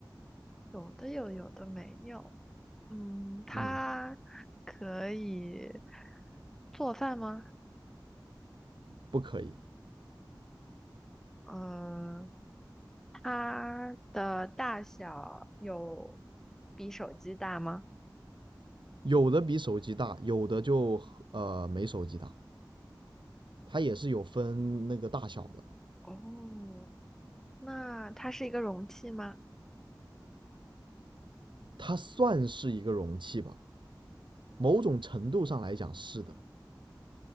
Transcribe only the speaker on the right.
嗯，
不可以，
有的比手机大，有的就呃没手机大，它也是有分那个大小的，
它算是一个容器吧，某种程度上来讲是的，